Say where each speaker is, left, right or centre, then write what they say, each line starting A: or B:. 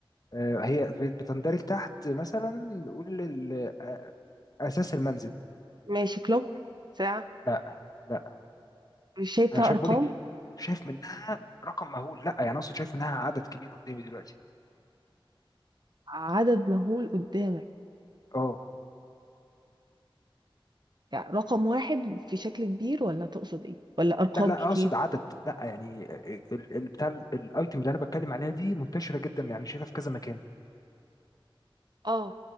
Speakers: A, on the left (about 40°); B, on the right (about 50°).
A: آه، هي بت- بتندرج تحت مثلا نقول ال- آه، اساس المنزل
B: ماشي كلوك ساعة
A: لا لا
B: مش شايفة
A: انا شايف
B: أرقام
A: بقولك شايف منها رقم مهول لا يعني اقصد شايف منها عدد كبير قدامي دلوقتي
B: عدد مهول قدامك
A: اه
B: يعني رقم واحد في شكل كبير ولا تقصد ايه ولا أرقام
A: لا لا
B: كتير
A: اقصد عدد لا يعني ال- ال- بتاع ال- الايتم اللي انا بتكلم عليها دي منتشره جدا يعني شايفها في كذا مكان
B: اه